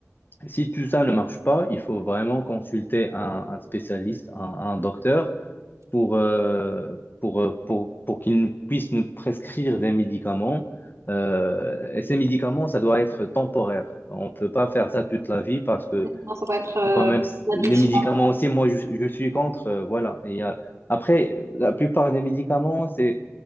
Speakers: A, on the left; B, on the right.
A: Si tout ça ne marche pas, il faut vraiment consulter un, un spécialiste, un, un docteur pour, euh, pour, euh, pour, pour qu'ils nous- puissent nous prescrire des médicaments. Euh, et ces médicaments, ça doit être temporaire. On ne peut pas faire ça toute la vie parce que
B: non, ça va être euh,
A: quand même, c-
B: une
A: les
B: addiction.
A: médicaments aussi, moi, je, je suis contre. euh, voilà. Et il y a- après, la plupart des médicaments, c'est,